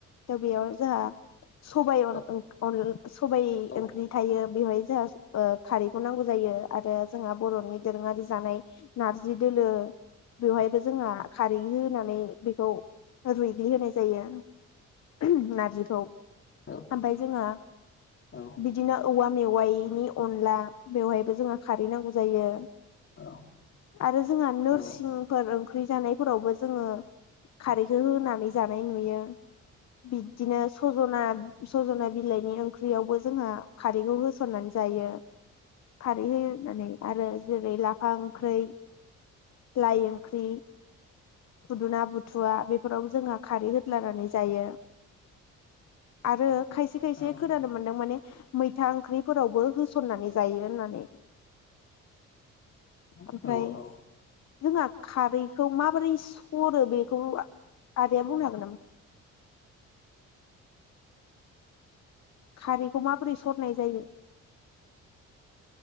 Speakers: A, on the left; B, on the left.
A: थ बेयाव जोंहा सबायाइ
B: औ
A: अन सबाइ
B: औ
A: ओंख्रि थायो बेवहाय जोंहा खारैखौ नांगौ जायो आरो जोंहा बर नि दोरोङारि जानाय नारजि दोलो बेवहायबो जोंहा खारै होनानै बेखौ रुइग्लि होनाय जायो ओहोम नारजिखौ
B: औ
A: ओमफ्राय जोंहा
B: औ
A: बिदिनो औवा मेवाइनि अनला बेवहायबो जोंहा खारै नांगौ जायो।
B: औ
A: आरो जोंहा नोरसिंफोर
B: औ
A: जानायफोरावबो जोङो खारैखौ होनानै जानाय नुयो बिदिनो सजना सजना बिलाइनि ओंख्रियावबो जोंहा खारैखौ होसननानै जायो खारै होनानै आरो जेरै लाफा ओंख्रै लाइ ओंख्रि फुदुना बुथुवा बेफोराव जोंहा खारै होदलानानै जायो। आरो खायसे
B: औ
A: खायसे
B: औ
A: खोनानो मोन्दों माने मैथा ओंख्रिफोरावबो होसननानै जायो होननानै
B: औ
A: ओमफ्राय
B: औ
A: जोंहा खारैखौ मा बोरै सरो बेखौ आदाया बुंनो हागोन नामा? खारैखौ माबोरै सरनाय जायो